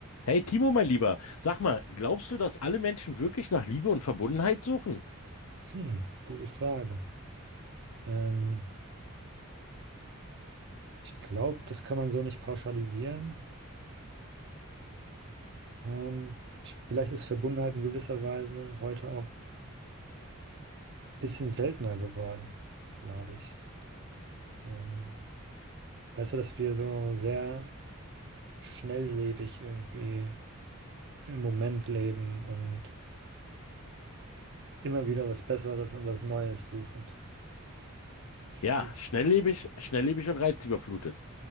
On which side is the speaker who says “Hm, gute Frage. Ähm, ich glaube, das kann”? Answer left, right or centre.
Right